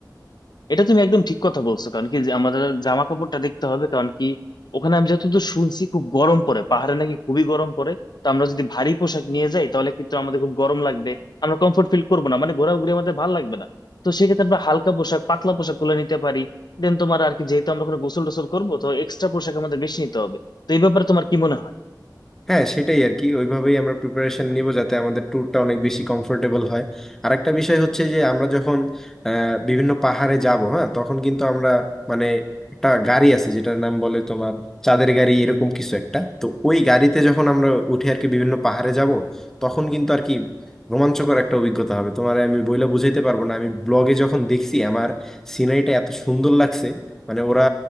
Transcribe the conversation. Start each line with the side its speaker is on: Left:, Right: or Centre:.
Left: এটা তুমি একদম ঠিক কথা বলছো কারণ কি যে আমাদের জামা কাপড়টা দেখতে হবে কারণ কি ওখানে আমি যতদূর শুনছি খুব গরম পড়ে পাহাড়ে নাকি খুবই গরম পড়ে তো আমরা যদি ভারী পোশাক নিয়ে যাই তাহলে কিন্তু আমাদের খুব গরম লাগবে আমরা কমফোর্ট ফিল করবো না মানে ঘোরাঘুরি আমাদের ভালো লাগবে না তো সেক্ষেত্রে আমরা হালকা পোশাক পাতলা পোশাক গুলো নিতে পারি দেন তোমার আর কি যেহেতু আমরা ওখানে গোসল টোসল করবো তো এক্সট্রা পোশাক আমাদের বেশি নিতে হবে তো এই ব্যাপারে তোমার কি মনে হয়
Centre: হ্যাঁ সেটাই আর কি ওইভাবেই আমরা প্রিপারেশন নিব যাতে আমাদের ট্যুরটা অনেক বেশি কমফোর্টেবল হয় আর একটা বিষয় হচ্ছে যে আমরা যখন আহ, বিভিন্ন পাহাড়ে যাব হ্যাঁ তখন কিন্তু আমরা মানে একটা গাড়ি আছে যেটার নাম বলে তোমার চাঁদের গাড়ি এরকম কিছু একটা তো ওই গাড়িতে যখন আমরা উঠে আর কি বিভিন্ন পাহাড়ে যাব তখন কিন্তু আর কি রোমাঞ্চকর একটা অভিজ্ঞতা হবে তোমার আমি বইলে বুঝাইতে পারবো না আমি ব্লগে যখন দেখছি আমার সিনারিটা এত সুন্দর লাগছে মানে ওরা